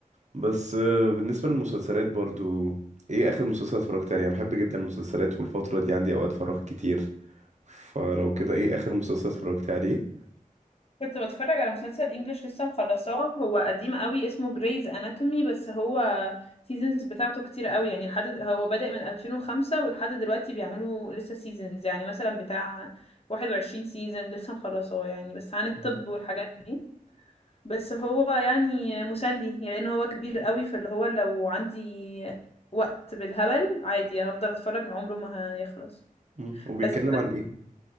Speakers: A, on the right; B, on the left.
A: بس آه، بالنسبة للمسلسلات برضو ايه اخر مسلسل اتفرجت عليه انا بحب جدا المسلسلات والفترة دي عندي اوقات فراغ كتير فلو كده ايه اخر مسلسل اتفرجت عليه
B: كنت بتفرج على مسلسل انجليش لسه مخلصاه هو قديم قوي اسمه جريز اناتومي بس هو سيزونز بتاعته كتير قوي يعني لحد د- هو بدأ من 2005 ولحد دلوقتي بيعملوا لسه سيزونز يعني مثلا بتاع 21 سيزون لسه مخلصاه يعني بس عن الطب
A: مهم.
B: والحاجات دي بس هو يعني مسلي يعني لان هو كبير قوي فاللي هو لو عندي وقت بالهبل عادي هفضل اتفرج من عمره ما هيخلص
A: مم. وبيتكلم
B: بس
A: عن ايه